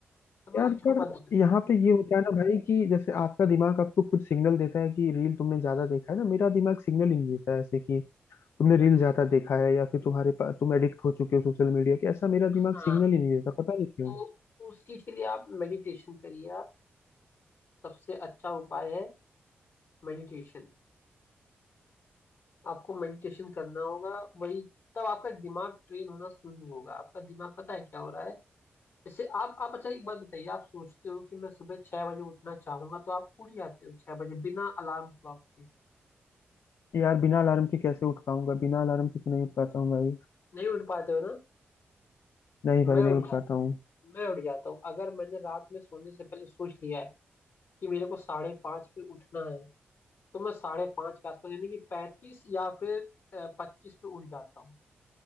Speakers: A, on the left (about 60°); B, on the left (about 75°).
A: तो मैं
B: यार
A: उस चीज को
B: पर
A: बंद कर देता
B: यहाँ
A: हूँ
B: पे ये होता है ना भाई कि जैसे आपका दिमाग आपको खुद सिग्नल देता है कि रील तुमने ज्यादा देखा है ना मेरा दिमाग सिग्नल ही नहीं देता है ऐसे कि तुमने रील ज्यादा देखा है या फिर तुम्हारे पास तुम एडिक्ट हो चुके हो सोशल मीडिया के ऐसा मेरा
A: हाँ
B: दिमाग सिग्नल ही नहीं देता पता नहीं क्यों
A: तो उस चीज के लिए आप मेडिटेशन करिए आप सबसे अच्छा उपाय है मेडिटेशन आपको मेडिटेशन करना होगा वही तब आपका दिमाग ट्रेन होना शुरू होगा आपका दिमाग पता है क्या हो रहा है जैसे आप आप अच्छा एक बात बताइए आप सोचते हो कि मैं सुबह छह बजे उठना चाहूंगा तो आप उठ जाते हो छह बजे बिना अलार्म क्लॉक के
B: यार बिना अलार्म के कैसे उठ पाऊंगा बिना अलार्म के तो नहीं उठ पाता हूँ भाई
A: नहीं उठ पाते हो ना
B: नहीं
A: मैं
B: भाई नहीं
A: उठ
B: उठ
A: जाता
B: पाता हूँ
A: मैं उठ जाता हूँ अगर मैंने रात में सोने से पहले सोच लिया है कि मेरे को साढ़े पाँच पे उठना है तो मैं साढ़े पांच के आसपास यानी कि पैंतीस या फिर पच्चीस पे उठ जाता हूँ